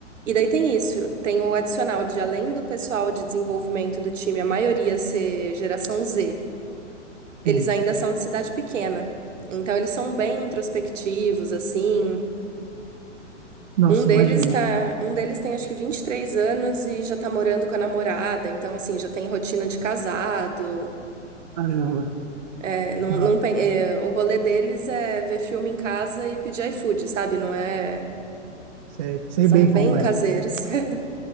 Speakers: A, on the right; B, on the right.
A: E daí tem isso, tem o adicional de além do pessoal de desenvolvimento do time, a maioria ser geração Z. Eles
B: sim.
A: ainda são de cidade pequena. Então eles são bem introspectivos assim.
B: Nossa,
A: Um deles
B: imagino.
A: tá, um deles tem acho que 23 anos e já tá morando com a namorada, então assim, já tem rotina de casado.
B: Caramba.
A: É, não,
B: Nossa,
A: não, pen- é, o rolê deles é ver filme em casa e pedir iFood, sabe? Não é,
B: sei, sei
A: são
B: bem
A: bem
B: como
A: caseiros.
B: é.
A: <laughs>